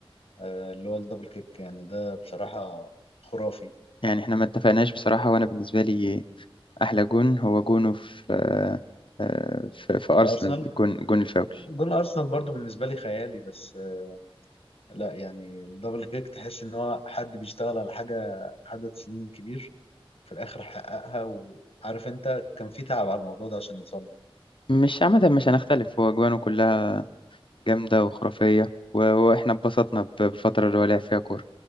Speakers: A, on the left; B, on the left.
A: آه، اللي هو الدبل كيك يعني ده بصراحة خرافي
B: يعني احنا ما اتفقناش بصراحه وانا بالنسبه لي احلى جون هو جونه في آه، آه، في, في ارسنال
A: فارسنال
B: جون جون الفاول
A: جون ارسنال برضو بالنسبة لي خيالي بس آه، لا يعني الدبل كيك تحس ان هو حد بيشتغل على حاجة عدد سنين كبير في الاخر حققها وعارف انت كان في تعب على الموضوع ده عشان يوصل له.
B: مش عامه مش هنختلف هو جوانه كلها جامده وخرافيه و- واحنا اتبسطنا ب- بالفتره اللي هو لعب فيها كوره